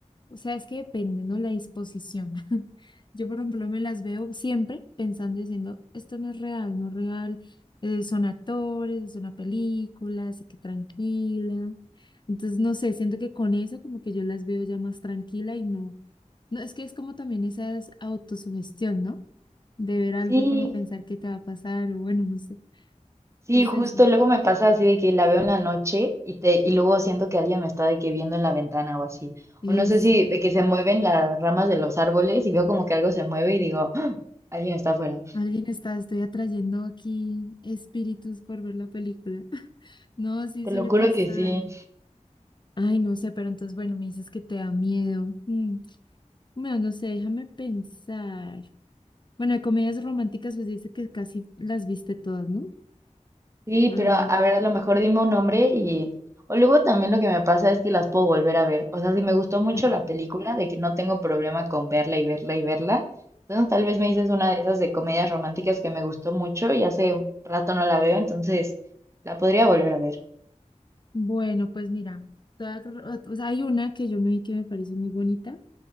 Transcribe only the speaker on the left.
O sea, es que depende, ¿no? La disposición. <laughs> Yo, por ejemplo, me las veo siempre pensando, diciendo, esto no es real, no es real. eh, son actores, es una película, así que tranquila. Entonces, no sé, siento que con eso como que yo las veo ya más tranquila y no. No, es que es como también esa es autosugestión, ¿no? De ver algo
y como pensar qué te va a pasar o bueno, no sé.
Es
eso.
Eso.
Alguien está, estoy atrayendo aquí espíritus por ver la película. <laughs> No, sí
suele
pasar.
Ay, no sé, pero entonces, bueno, me dices que te da miedo. Mm, Bueno, no sé, déjame pensar. Bueno, de comedias románticas, pues dice que casi las viste todas, ¿no?
Ah,
ah,
Bueno, pues mira, toda- o sea, hay una que yo me vi que me parece muy bonita. O